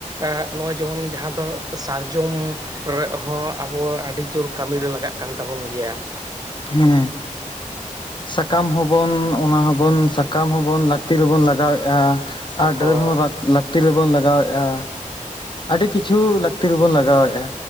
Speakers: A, on the right (about 30°); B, on the left (about 35°).
A: ᱟᱜ ᱱᱚ ᱡᱚᱱ ᱡᱟᱦᱟᱸ ᱫᱚ ᱥᱟᱨᱡᱚᱢ ᱦᱮ ᱦᱚᱸ ᱟᱵᱚ ᱟᱹᱰᱤ ᱡᱳᱨ ᱠᱟᱹᱢᱤᱨᱮ ᱞᱟᱜᱟᱜ ᱠᱟᱱ ᱛᱟᱵᱚᱱ ᱜᱮᱭᱟ᱾
B: ᱦᱮᱸ ᱥᱟᱠᱟᱢ ᱦᱚᱸᱵᱚᱱ ᱚᱱᱟ ᱦᱚᱸᱵᱟᱱ ᱥᱟᱠᱟᱢ ᱦᱚᱸᱵᱚᱱ ᱞᱟᱹᱠᱛᱤ ᱨᱮᱵᱚᱱ ᱞᱟᱜᱟᱣᱮᱜᱼᱟ᱾ ᱟᱨ
A: ᱦᱳᱭ
B: ᱰᱟᱹᱨ ᱦᱚᱸ ᱨᱟᱠ ᱞᱟᱹᱠᱛᱤ ᱨᱮᱵᱚ ᱞᱟᱜᱟᱣᱮᱜ ᱼᱟ᱾ ᱟᱹᱰᱤ ᱠᱤᱪᱷᱩ ᱞᱟᱹᱠᱛᱤ ᱦᱚᱵᱚᱱ ᱞᱟᱜᱟᱣᱮᱜᱼᱟ᱾